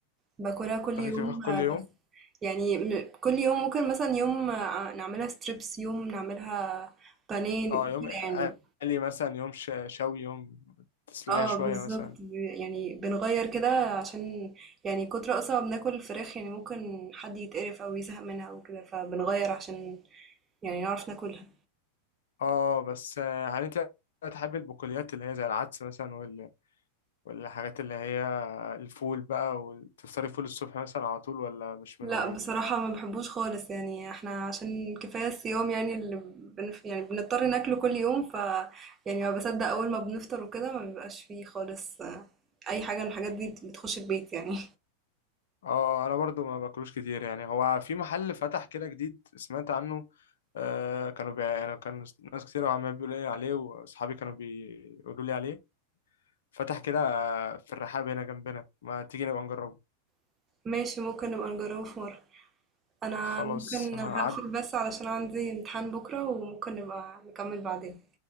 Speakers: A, on the right; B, on the left.
A: باكلها كل
B: بتاكلي
A: يوم
B: فراخ كل يوم؟
A: بس يعني م- كل يوم ممكن مثلا يوم نعملها ستريبس يوم نعملها بانيه
B: اه
A: كده
B: يوم
A: يعني
B: قلي مثلا يوم ش- شوي يوم تسلقيها
A: اه
B: شوية
A: بالظبط
B: مثلا
A: ب- يعني بنغير كده عشان يعني كتر اصلا ما بناكل الفراخ يعني ممكن حد يتقرف او يزهق منها او كده فبنغير عشان يعني نعرف ناكلها
B: اه بس آه، هل انت بتحب البقوليات اللي هي زي العدس مثلا وال... والحاجات اللي هي الفول بقى وتفطري فول الصبح مثلا على طول ولا مش من
A: لأ
B: هوايتك
A: بصراحة ما باحبوش خالص، يعني إحنا عشان كفاية الصيام يعني اللي بنف يعني بنضطر ناكله كل يوم، ف يعني ما باصدق أول ما بنفطر وكده ما بيبقاش فيه خالص آه، أي حاجة من الحاجات دي بتخش البيت يعني.
B: اه انا برضو ما باكلوش كتير يعني هو في محل فتح كده جديد سمعت عنه آه كانوا بي... يعني كان ناس كتير عمال بيقولوا لي عليه واصحابي كانوا بيقولوا لي عليه فتح كده آه، في الرحاب هنا جنبنا ما تيجي نبقى نجربه
A: <laughs> ماشي ممكن نبقى نجربه في مرة. أنا
B: خلاص
A: ممكن
B: هعدي
A: هاقفل بس علشان عندي امتحان بكرة وممكن نبقى نكمل بعدين.